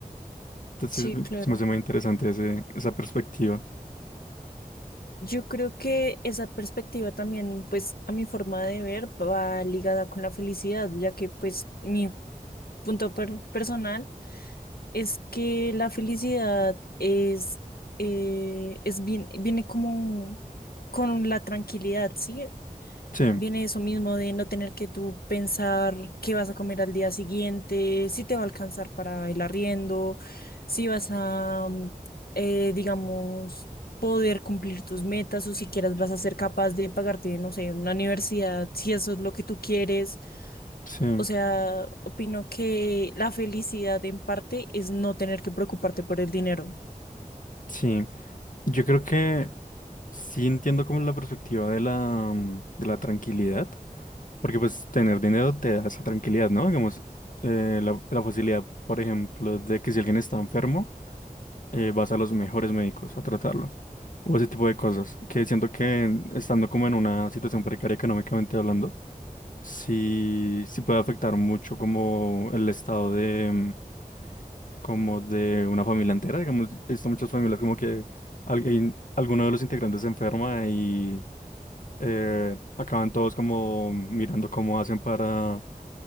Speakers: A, on the left; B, on the left.
A: Entonces,
B: Sí,
A: sí,
B: claro.
A: se me hace muy interesante ese, esa perspectiva.
B: Yo creo que esa perspectiva también, pues, a mi forma de ver, va ligada con la felicidad, ya que, pues, mi punto per- personal Es que la felicidad es, eh, es bien, viene como con la tranquilidad, ¿sí?
A: Sí,
B: Viene eso mismo de no tener que tú pensar qué vas a comer al día siguiente, si te va a alcanzar para el arriendo, si vas a, mm, eh, digamos, poder cumplir tus metas o si quieras vas a ser capaz de pagarte, no sé, una universidad, si eso es lo que tú quieres.
A: sí,
B: O sea, opino que la felicidad en parte es no tener que preocuparte por el dinero.
A: sí. Yo creo que sí entiendo como la perspectiva de la, mm, de la tranquilidad, porque pues tener dinero te da esa tranquilidad, ¿no? Digamos, eh, la, la facilidad, por ejemplo, de que si alguien está enfermo, eh, vas a los mejores médicos a tratarlo, o ese tipo de cosas, que siento que estando como en una situación precaria económicamente hablando, sí, sí puede afectar mucho como el estado de mm, como de una familia entera, digamos, he visto muchas familias como que alguien, alguno de los integrantes se enferma y eh, acaban todos como mirando cómo hacen para,